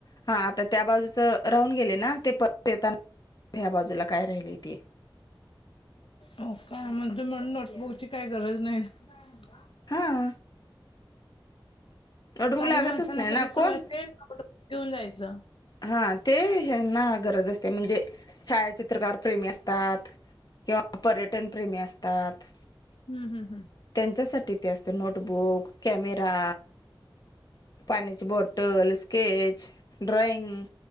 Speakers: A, on the left; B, on the left.
A: हा आता त्या बाजूच राहून गेले ना ते परत येताना ह्या बाजूला काय राहिले ते.
B: हो का मग तुम्हाला नोटबुकची काही गरज नाही. य ह <inaudible>
A: हा. नोटबुक
B: काही
A: लागतच
B: माणसांना
A: नाही
B: कशी
A: ना कोण
B: सवय असते नोटबुक घेऊन जायचं.
A: हा ते ह्याना गरज असते म्हणजे छायाचित्रकार प्रेमी असतात किंवा पर्यटन प्रेमी असतात.
B: हम्म हम्म
A: त्यांच्यासाठी ते असते नोटबुक, कॅमेरा पाण्याची बॉटल, स्केच, ड्रॉइंग